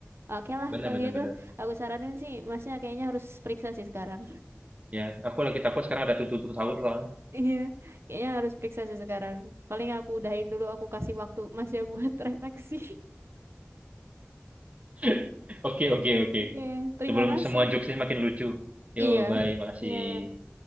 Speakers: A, on the right; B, on the right.
A: Oke lah
B: benar
A: kalau
B: benar
A: gitu,
B: benar.
A: aku saranin sih masnya kayaknya harus periksa sih sekarang.
B: Ya, aku lagi takut sekarang ada tuntutan sahur soalnya.
A: Iya, kayaknya harus periksa sih sekarang. Paling aku udahin dulu, aku kasih waktu Mas ya buat <laughs> refleksi.
B: <laughs> Oke, oke, oke.
A: Oke, terima
B: Sebelum
A: kasih.
B: semua jokes ini makin lucu. Yo,
A: Iya,
B: bye. Makasih.
A: iya.